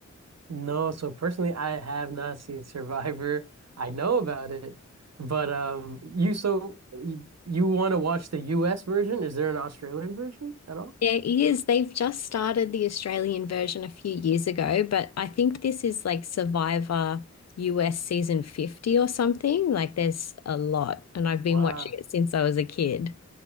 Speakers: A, on the right; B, on the left.
A: no. So personally, I have not seen Survivor. I know about it, but um, you so you, you want to watch the US version? Is there an Australian version at all?
B: Yeah, it is. They've just started the Australian version a few years ago, but I think this is like Survivor US season 50 or something. Like there's a lot, and I've been
A: Wow.
B: watching it since I was a kid.